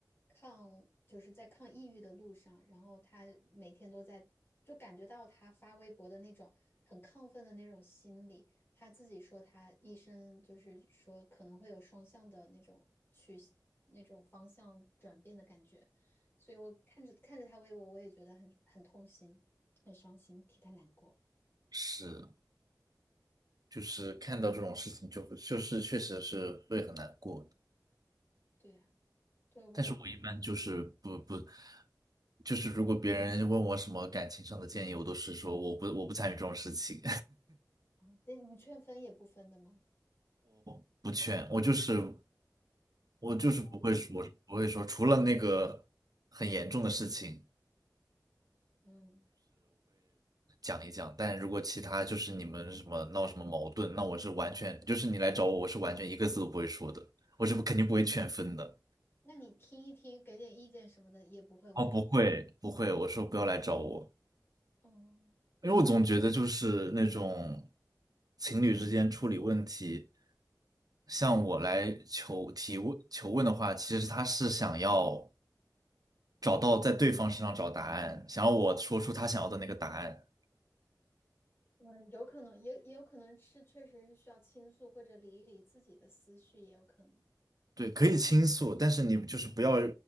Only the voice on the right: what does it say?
是，就是看到这种事情就会就是确实是会很难过。
但是我一般就是不不，就是如果别人问我什么感情上的建议，我都是说我不我不参与这种事情，
<laughs> 不劝，我就是我就是不会说不会说，
除了那个很严重的事情
讲一讲，但如果其他就是你们什么闹什么矛盾，那我是完全就是你来找我，我是完全一个字都不会说的，我是不肯定不会劝分的。
哦，不会不会，我说不要来找我。
因为我总觉得就是那种情侣之间处理问题，向我来求提问求问的话，其实他是想要找到在对方身上找答案，想要我说出他想要的那个答案。
对，可以倾诉，但是你就是不要